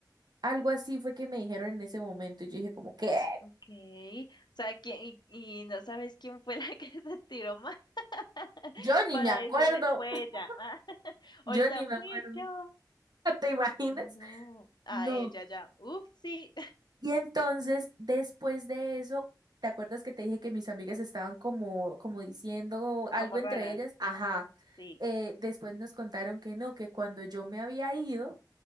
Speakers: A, on the right; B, on the left.
A: Algo así fue que me dijeron en ese momento y yo dije como, ¿qué?
B: okay o sea, ¿quién, y, y no sabes quién fue la <laughs> que se tiró más <laughs>
A: Yo ni
B: para
A: me acuerdo,
B: decirle, fue
A: <laughs>
B: ella. ah, <laughs>
A: yo
B: Ahorita
A: ni me
B: fui
A: acuerdo,
B: yo.
A: <laughs> ¿te imaginas?
B: No, ah,
A: No.
B: ella ya, upsí,
A: Y entonces, después de eso, ¿te acuerdas que te dije que mis amigas estaban como, como diciendo
B: <laughs>
A: algo
B: como
A: entre
B: raras,
A: ellas? Ajá.
B: sí.
A: Eh, después nos contaron que no, que cuando yo me había ido,